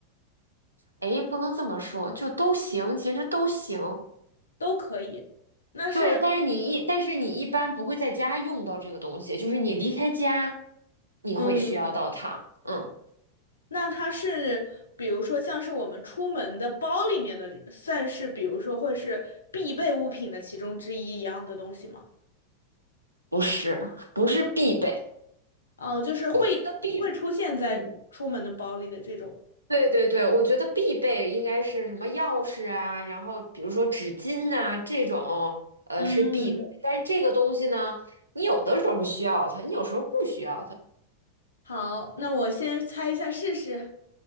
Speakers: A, on the right; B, on the left.
A: 哎，不能这么说，就都行，其实都行。
B: 都可以。那是，
A: 对，但是你一但是你一般不会在家用到这个东西，就是你离开家，你会需要到它。
B: 嗯，
A: 嗯，
B: 那它是比如说像是我们出门的包里面的，算是比如说会是必备物品的其中之一一样的东西吗？
A: 不是，不是必备。
B: 哦，就是会会出现在出门的包里的这种。
A: 我觉得必，嗯，对对对，我觉得必备应该是什么钥匙啊，然后比如说纸巾呐、这种，呃，
B: 嗯，
A: 是必备。但是这个东西呢，你有的时候需要它，你有时候不需要它。
B: 好，那我先猜一下试试。